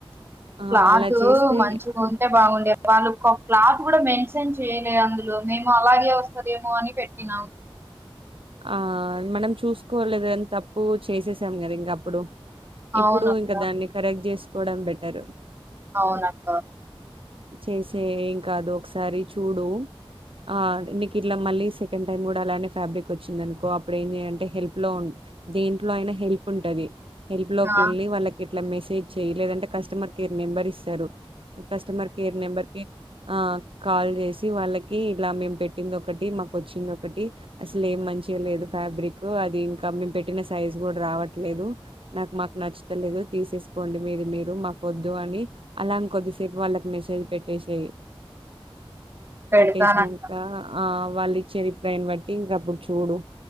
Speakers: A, on the right; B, on the right.
A: ఆ
B: క్లాత్
A: అలా చేస్తే
B: మంచిగా ఉంటే బాగుండే వాళ్ళు క్లాత్ కూడా మెన్షన్ చేయలే అందులో మేము అలాగే వస్తదేమో అని పెట్టినాం
A: ఆ మనం చూసుకోలేదు అని తప్పు చేసేసాం కదా ఇంకా అప్పుడు
B: అవునక్క
A: ఇప్పుడు ఇంకా దాన్ని కరెక్ట్ చేసు కొడం బెట్టరు
B: అవునక్కా
A: చేసే ఏం కాదు ఒకసారి చూడు ఆ మీకు ఇట్లా మళ్ళీ సెకండ్ టైం కూడా అలానే ఫ్యాబ్రిక్ వచ్చింది అనుకో అప్పుడ ఏమి అంటే హెల్ప్ లో ఉ దేంట్లో అయినా హెల్ప్ ఉంటది హల్ప్ లోకి
B: ఆ
A: వెళ్లి వాళ్ళకి ఇట్లా మెసేజ్ చెయ్య లేదంటే కస్టమర్ కేర్ నెంబర్ ఇస్తారు కస్టమర్ నెంబర్కి ఆ కాల్ చేసి వాళ్ళకి ఇలా మేము పెట్టింది ఒకటి మాకు వచ్చింది ఒకటి అసలు ఏం మంచి లేదు ఫ్యాబ్రిక్ అది ఇంకా మేము పెట్టిన సైజు కూడా రావట్లేదు నాకు మాకు నచ్చతలేదు తీసేసుకోండి మీది మీరు మాకు వద్దు అని అలా కొద్దిసేపు వాళ్ళ మెసేజ్ పెట్టేసేయి
B: పెడతానక్క
A: పెట్టేశినంక ఆ వాళ్ళు ఇచ్చే రిప్లైని బట్టి ఇంక అప్పుడు చూడు